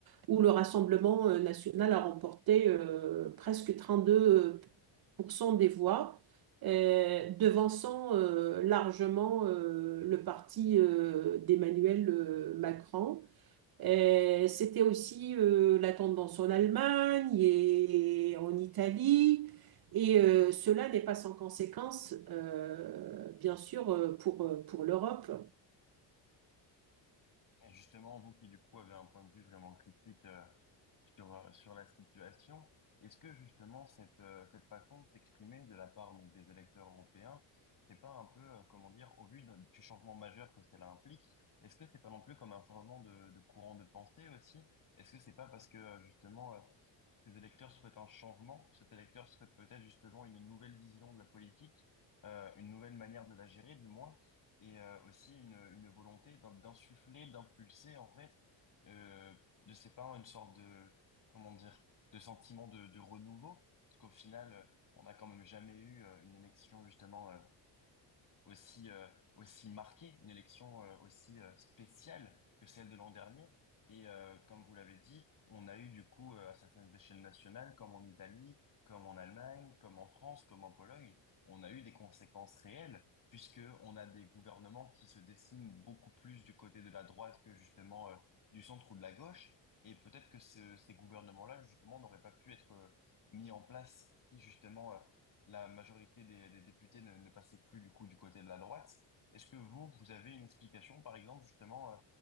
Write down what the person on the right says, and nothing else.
où le Rassemblement euh, national a remporté euh, presque 32% des voix, euh, devançant euh, largement euh, le parti euh, d'Emmanuel euh, Macron. Euh, c'était aussi euh, la tendance en Allemagne et en Italie. Et euh, cela n'est pas sans conséquence, euh, bien sûr, euh, pour, euh, pour l'Europe.